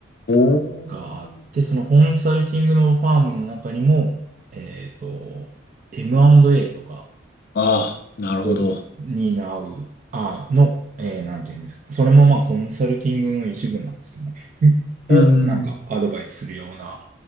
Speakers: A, on the left; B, on the right.
A: おー。
B: があって、そのコンサルティングのファームの中にも、えっと、M&A とか
A: ああ、なるほど。
B: を担う、あ、の、えーなんていうんですか。それもまあコンサルティングの一部なんですかね。
A: うーん。
B: んを、なんかアドバイスするような、